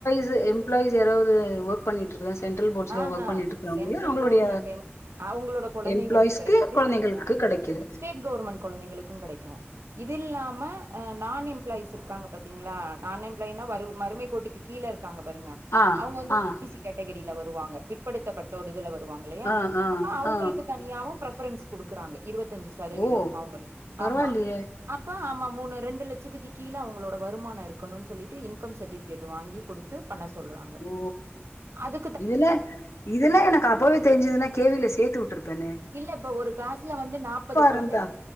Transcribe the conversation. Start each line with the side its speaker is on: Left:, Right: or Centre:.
Left: ஸ் எம்ப்ளாயீஸ் யாராவ்து ஒர்க் பண்ணிட்டு இருக்க சென்ட்ரல் போர்ட்ஸ்ல
Right: ஆ
Left: ஒர்க்
Right: ஹ
Left: பண்ணிட்டு இருக்கிறவங்கள
Right: சென்ட்ரல்
Left: அவங்களுடைய
Right: கவர்மெண்ட எம் அவுங்களோட கொழந்தைங்ளுக்கு
Left: எம்ப்ளாயீஸ்க்கு
Right: கெடக்கிது
Left: கொழந்தைங்களுக்கு
Right: அ
Left: கெடைக்குது
Right: ஸ்டேட் கவர்மெண்ட் கொழந்தகளுக்கூ கெடைக்கூ இது இல்லாம அ நான் எம்ப்ளாயிஸ் இருக்காங்க பாத்தீங்ளா நான் எப்ளாயின்னா வறு வறுமை கோட்டுக்கு கீழ இருகாங்க பாருங்க
Left: ஆ
Right: அவுங்க வந்து
Left: ஆ
Right: பி சி கேட்டகிரில வருவாங்க பிற்படுத்தப்பட்ட ஒரு இதுல வரு வருவாங்கல்லையா
Left: ஆ ஆ
Right: அப்ப அவுங்ளுக்கு
Left: ஆ
Right: தனியாவு பிரஃபரன்ஸ் குடுக்குறாங்க இருவத் த்தஞ்சி சதவீதோ
Left: ஓ
Right: அவங்ளுக்கு
Left: பரவாயில்லையே
Right: ஆமா அப்ப ஆமா மூணு ரெண்டு லட்சத்துக்கு கீழ அவங்களோட வருமானோ இருக்கணுன் சொல்லிட்டு இன்கம் சட்டிவிகேட் வாங்கி குடுத்து பண்ண சொல்றாங்க
Left: ஓ
Right: அது
Left: இதுல இதெல்லா எனக்கு அப்பவே தெரிஞ்சுதுனா கேவில சேத்து வுட்ருப்பேனே
Right: இல்ல இப்ப ஒரு கிளாஸ்ல வந்து நாப்பது கொழந்தைங்க
Left: இருந்தா